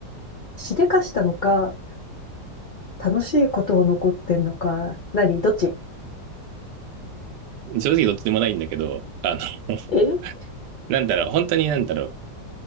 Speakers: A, on the left (about 45°); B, on the right (about 75°).
A: しでかしたのか、楽しいことを残ってんのか、何どっち
B: 正直どっちでもないんだけど、あの、<laughs>
A: え
B: なんだろう、本当になんだろう、